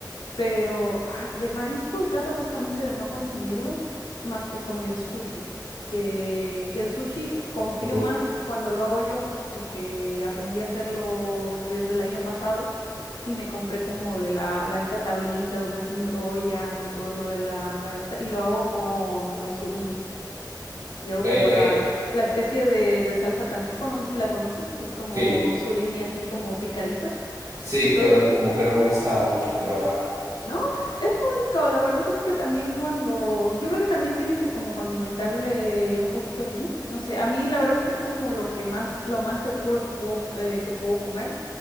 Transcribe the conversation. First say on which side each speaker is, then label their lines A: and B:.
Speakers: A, on the left (about 85°); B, on the right (about 50°).
A: Pero ah, de mariscos trato justamente de no consumirlo más que con el sushi, que, que el sushi confío
B: ok,
A: más cuando lo hago yo, porque aprendí a hacerlo desde el año pasado y me compré como de la, la esta tablita donde se enrollan y todo lo de la, la esta, y lo hago con, con surimi. Y hago
B: ok,
A: como la, la especie de, de salsa Tampico, no sé si la conoces, que es como
B: sí.
A: surimi así como picadito
B: Sí,
A: y todo.
B: pero n- como que no me gustaba mucho, pero ajá.
A: No, es muy rico, la verdad es que también cuando, yo creo que también tienes que como condimentarle un poquito bien, no sé, a mí la verdad es que es como lo que más, lo más seguro que puedo, eh, que puedo comer,